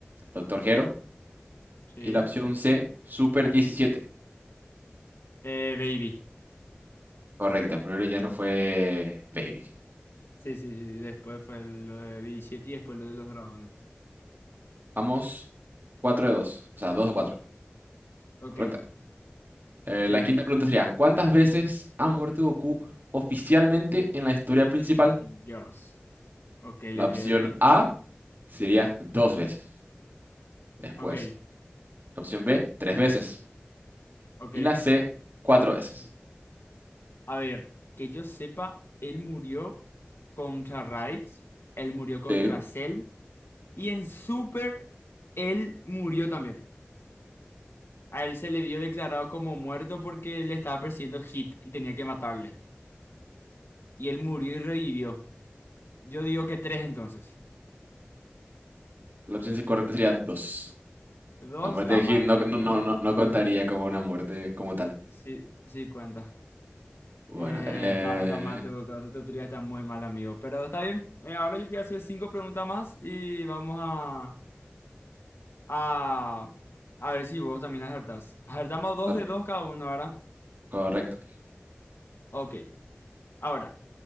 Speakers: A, on the right; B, on the left.
A: Doctor Hero.
B: sí.
A: Y la opción C, Super 17.
B: Eh, Baby.
A: Correcto, el primer villano fue Baby.
B: Sí, sí, sí. sí. Después fue lo de 17 y después lo de los dragones.
A: Vamos 4 de 2, o sea, 2 de 4,
B: Ok,
A: Correcto. Eh,
B: sí.
A: la quinta pregunta sería, ¿cuántas veces ha muerto Goku oficialmente en la historia principal?
B: Dios. Ok,
A: La
B: ok,
A: opción
B: ok.
A: A sería dos veces. Después,
B: Ok,
A: la opción B, tres veces.
B: ok.
A: Y la C, cuatro veces.
B: A ver, que yo sepa, él murió contra Raditz, él murió contra
A: Sí,
B: Cell y en Super él murió también. A él se le dio declarado como muerto porque le estaba persiguiendo Hit y tenía que matarle. Y él murió y revivió. Yo digo que tres entonces.
A: la opción correcta sería dos.
B: Dos
A: La muerte
B: está
A: de
B: mal
A: Hit no,
B: ese.
A: no, no,
B: Tres.
A: no, no contaría como una muerte como tal.
B: Sí, sí cuenta.
A: Bueno,
B: Eh,
A: eh,
B: está, está mal, tu, tu teoría está muy mal, amigo. Pero está bien. Eh, ahora yo te voy a hacer cinco preguntas más y vamos a... a... A ver si vos también acertás. Acertamos dos
A: al-
B: de dos cada uno, ¿verdad?
A: correcto.
B: Ok. Ahora,